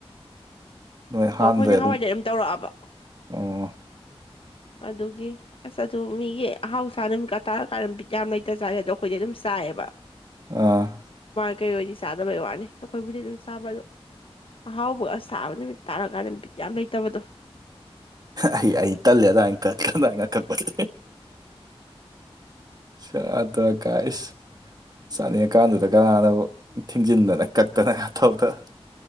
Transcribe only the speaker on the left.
ꯍꯣ
ꯑꯩꯈꯣꯏ ꯅꯍꯥꯟꯋꯥꯏꯗꯒꯤ ꯑꯗꯨꯝ ꯇꯧꯔꯛꯑꯕ
ꯑꯗꯨꯒꯤ ꯑꯁ ꯑꯗꯨ ꯃꯤꯒꯤ ꯑꯍꯥꯎꯁꯥ ꯅꯨꯃꯤꯠꯀ ꯇꯥꯔꯀꯥꯟ ꯑꯗꯨꯝ ꯕꯤꯠ ꯌꯥꯝ ꯂꯩꯇꯖꯥꯠꯅꯤ ꯑꯗꯣ ꯑꯩꯈꯣꯏꯗꯤ ꯑꯗꯨꯝ ꯇꯥꯏꯕ
ꯀꯩ ꯑꯣꯏꯗꯤ ꯆꯥꯗꯕꯩ ꯋꯥꯅꯤ ꯑꯩꯈꯣꯏꯕꯨꯗꯤ ꯑꯗꯨꯝ ꯆꯥꯕ ꯑꯗꯣ ꯑꯍꯥꯎꯕꯒ ꯁꯥꯕ ꯅꯨꯃꯤꯠ ꯇꯥꯔꯀꯥꯟꯗ ꯕꯤꯠ ꯌꯥꯝ ꯂꯩꯇꯕꯗꯣ